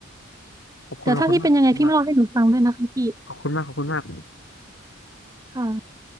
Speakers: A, on the left; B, on the right.
A: ขอบคุณขอบคุณมากขอบคุณมาก
B: แต่ถ้าพี่เป็นยังไงพี่มาเล่าให้หนูฟังด้วยนะคะพี่
A: ขอบคุณมากขอบคุณมาก
B: ค่ะ